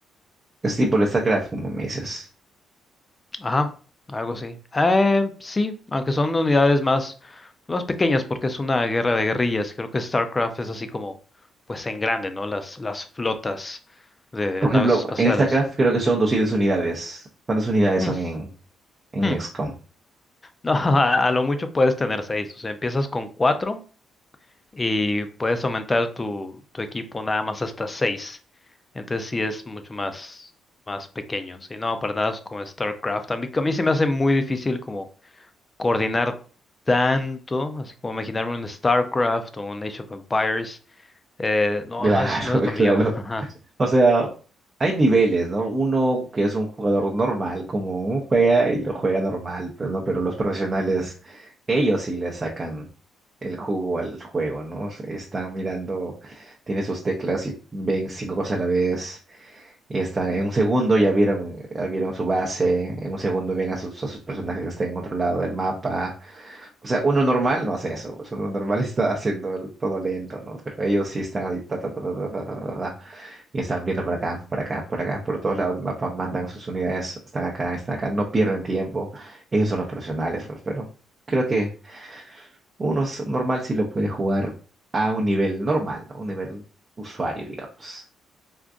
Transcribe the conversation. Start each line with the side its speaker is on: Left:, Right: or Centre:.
Right: Es tipo el StarCraft, como me dices.
Left: Ajá, algo así. Eh, sí, aunque son unidades más, más pequeñas porque es una guerra de guerrillas. Creo que StarCraft es así como, pues en grande, ¿no? Las, las flotas de
Right: Por
Left: naves
Right: ejemplo,
Left: espaciales.
Right: en StarCraft creo que son 200 unidades. ¿Cuántas unidades
Left: Mm,
Right: son en, en
Left: mm.
Right: XCOM?
Left: No, <laughs> a, a lo mucho puedes tener seis. O sea, empiezas con cuatro y puedes aumentar tu, tu equipo nada más hasta seis. Entonces sí es mucho más, más pequeño. Sí, no, para nada es como StarCraft. A mí, a mí se me hace muy difícil como coordinar tanto, así como imaginarme un StarCraft o un Age of Empires, eh, no,
Right: Claro,
Left: no es, no es
Right: <laughs>
Left: lo mío.
Right: claro.
Left: <laughs> Ajá.
Right: O sea, hay niveles, ¿no? Uno que es un jugador normal, como un juega y lo juega normal, pues, ¿no? Pero los profesionales, ellos sí le sacan el jugo al juego, ¿no? Están mirando, tienen sus teclas y ven cinco cosas a la vez. Y están, en un segundo ya vieron, ya vieron su base, en un segundo ven a sus, a sus personajes que están en otro lado del mapa. O sea, uno normal no hace eso, pues uno normal <laughs> está haciendo el- todo lento, ¿no? Pero ellos sí están ahí, ta, ta, ta, ta, ta, ta, ta, ta, ta. Y están viendo por acá, por acá, por acá, por todos lados del mapa, mandan sus unidades, están acá, están acá, no pierden tiempo. Ellos son los profesionales, pues, pero creo que uno s- normal sí lo puede jugar a un nivel normal, ¿no? Un nivel usuario, digamos.